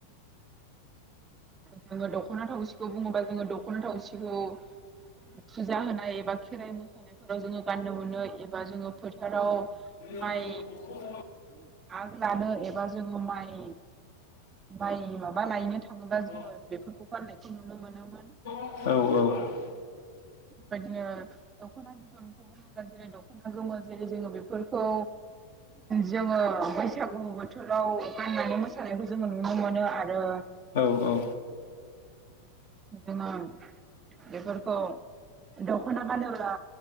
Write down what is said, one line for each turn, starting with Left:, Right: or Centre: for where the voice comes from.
Right: जोङो दख'ना थावसिखौ बुङोबा जोङो दख'ना थावसिखौ फुजा होनाय एबा खेराइ मोसानायफोराव जोङो गाननो मोनो एबा जोङो फोथाराव
Left: <unintelligible>
Right: माइ आग लानो एबा जोङो माइ माइ माबा लायनो था थाङोबा
Left: औ
Right: जोङो बेफोरखौ गान्नायखौ नुनो मोनोमोन।
Left: औ औ
Right: बेबायदिनो दख'ना बिदनखौ जेब्ला जेरै दख'ना गोमोनो जेरै जोङो बेफोरखौ जोङो बैसागु बोथोराव गाननानै मोसानायखौ जोङो नुनो मोनो आरो
Left: औ औ
Right: जोङो बेफोरखौ दख'ना गानोब्ला